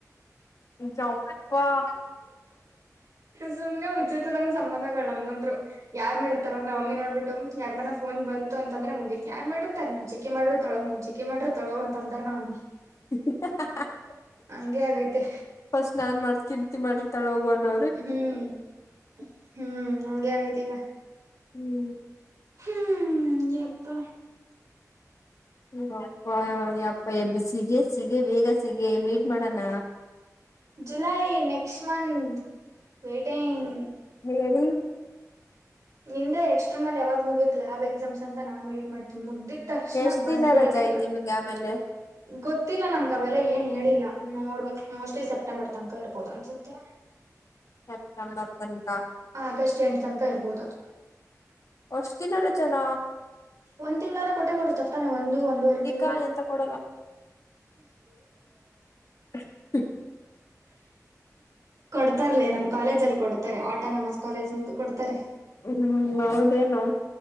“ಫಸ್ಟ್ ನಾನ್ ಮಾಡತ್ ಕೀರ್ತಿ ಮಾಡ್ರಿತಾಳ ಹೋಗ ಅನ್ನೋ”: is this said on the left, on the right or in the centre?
Left